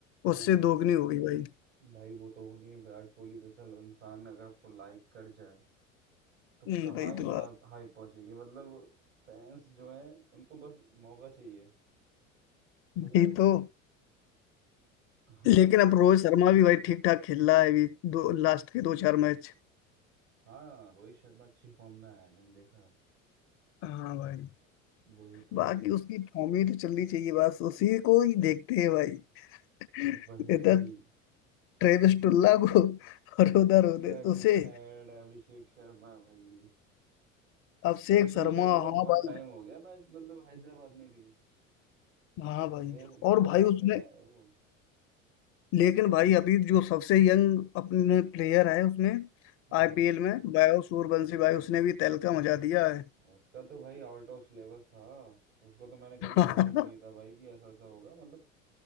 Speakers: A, on the right (about 65°); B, on the left (about 35°).
A: हाँ
B: उससे दोगुनी होगी भाई
A: भाई वो तो हो नहीं है विराट कोहली जैसा इंसान अगर उसको लाइक कर जाए तो
B: हम्म,
A: कहाँ
B: भाई
A: ही
B: दुआ
A: हा, हाई पहुंचेगी मतलब फैंस जो है उनको बस मौका चाहिए समझ
B: भाई
A: रहे हो
B: तो
A: <laughs>
B: लेकिन अब रोहित शर्मा भी भाई ठीक ठाक खेल रहा है अभी दो लास्ट के दो चार मैच
A: हाँ रोहित शर्मा अच्छी फॉर्म में आया है मैंने देखा
B: हाँ भाई
A: वही तो
B: बाकी उसकी फॉर्म ही तो चलनी चाहिए बस उसी को ही देखते हैं भाई <laughs>
A: वही
B: इतना
A: वही
B: ट्रेविस टुल्ला को और उधर उधर
A: ट्रेविस
B: उसे
A: हेड अभिषेक शर्मा भाई
B: अभिषेक
A: अभिषेक
B: शर्मा
A: शर्मा को
B: हाँ
A: बहुत
B: भाई
A: टाइम हो गया मैच मतलब हैदराबाद में भी
B: हाँ भाई
A: मेरे मेरे
B: और
A: सामने
B: भाई उसमें
A: ही आया है वो
B: लेकिन भाई अभी जो सबसे यंग अपने प्लेयर है उसमें
A: हाँ
B: आईपीएल में बायो सूरवंशी भाई उसने भी तहलका मचा दिया है
A: उसका तो भाई आउट ऑफ सिलेबस था उसको तो मैंने कभी
B: <laughs>
A: सोचा भी नहीं था भाई कि ऐसा ऐसा होगा मतलब